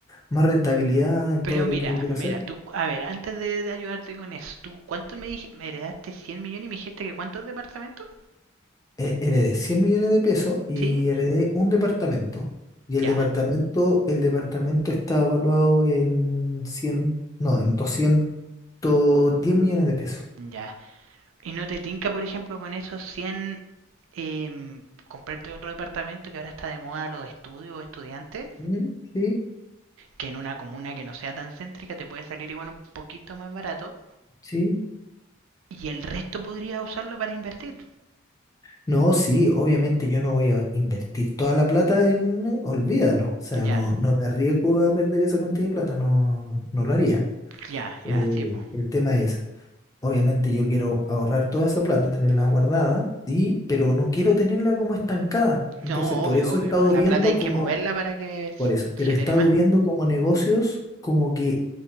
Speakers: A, on the left; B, on the right.
A: más rentabilidad en
B: Pero
A: todo lo
B: mira,
A: que yo quiero hacer.
B: mira, tú, a ver, antes de, de ayudarte con eso, ¿tú cuánto me dij- me heredaste 100 millones y me dijiste que cuántos departamentos?
A: Eh, heredé 100 millones de pesos y
B: ¿Sí?
A: heredé un departamento. Y el
B: Ya,
A: departamento, el departamento está evaluado en 100 no, en doscientos diez millones de pesos.
B: ya, ¿Y no te tinca, por ejemplo, con esos cien em, comprarte otro departamento que ahora está de moda los estudios o estudiantes?
A: Mm, Sí,
B: Que en una comuna que no sea tan céntrica te puede salir igual un poquito más barato.
A: sí,
B: Y el resto podría usarlo para invertir.
A: No, sí, obviamente yo no voy a invertir toda la plata en, eh, olvídalo, o sea,
B: Ya,
A: no, no me arriesgo a perder esa cantidad de plata, no, no lo haría.
B: ya, ya,
A: Eh,
B: sí, po.
A: el tema es, obviamente yo quiero ahorrar toda esa plata, tenerla guardada, y, pero no quiero tenerla como estancada. Entonces,
B: No,
A: por
B: obvio,
A: eso
B: obvio.
A: he estado
B: La
A: viendo
B: plata hay
A: como,
B: que moverla para que s-
A: por eso, pero
B: genere
A: he estado
B: más.
A: viendo como negocios como que,